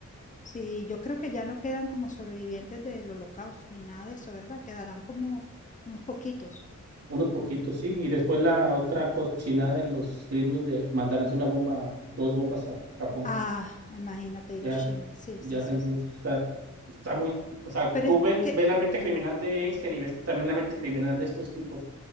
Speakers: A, on the left (about 25°); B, on the right (about 55°).
A: Sí, yo creo que ya no quedan como sobrevivientes del holocausto ni nada de eso, ¿verdad? Quedarán como unos poquitos.
B: Unos poquitos, sí. Y después la otra cochinada de los gringos de mandarles una bomba, dos bombas a, a Japón,
A: Ah, imagínate Hiroshima.
B: ya,
A: Sí,
B: ya
A: sí,
B: rendidos.
A: sí, sí.
B: Está, está muy, o sea,
A: Pero
B: tú
A: es
B: ves,
A: que,
B: ves la mente criminal de Einstein y ves también la mente criminal de estos tipos.